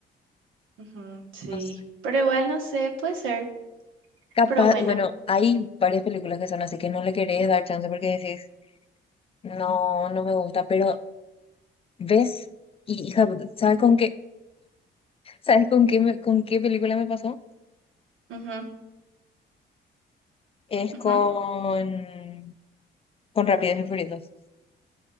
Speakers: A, on the right (about 85°); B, on the left (about 30°).
A: Ujú, sí.
B: no sé.
A: Pero igual no sé, puede ser.
B: Capaz,
A: Pero bueno.
B: bueno, hay varias películas que son así que no le querés dar chance porque decís, no, no me gusta, pero ves y hija, ¿sabes con qué? ¿Sabes con qué, me- con qué película me pasó?
A: ujú,
B: Es
A: ujú.
B: con, con Rápidos y Furiosos.